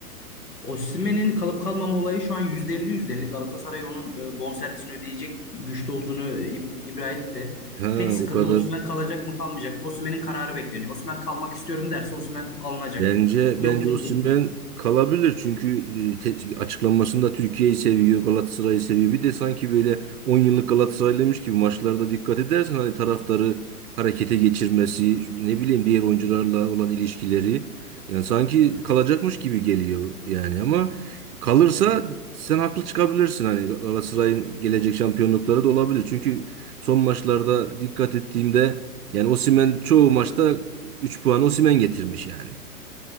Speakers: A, on the left; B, on the right.
A: Osimhen'in kalıp kalmama olayı şu an yüzde elli yüzde elli Galatasaray onun e, bonservisini ödeyecek güçte olduğunu e, ib- ibra etti.
B: Ha,
A: Tek sıkıntı
B: o kadar.
A: Osimhen kalacak mı kalmayacak mı? Osimhen'in kararı bekleniyor. Osimhen kalmak istiyorum derse Osimhen alınacak.
B: Bence
A: Yoksa
B: bence Osimhen
A: gidecek.
B: kalabilir çünkü e, te- açıklamasında Türkiye'yi seviyor, Galatasaray'ı seviyor. Bir de sanki böyle 10 yıllık Galatasaraylıymış gibi maçlarda dikkat edersen hani taraftarı harekete geçirmesi, ne bileyim diğer oyuncularla olan ilişkileri yani sanki kalacakmış gibi geliyor yani ama kalırsa sen haklı çıkabilirsin hani Galatasaray'ın gelecek şampiyonlukları da olabilir. Çünkü son maçlarda dikkat ettiğimde yani Osimhen çoğu maçta 3 puan Osimhen getirmiş yani.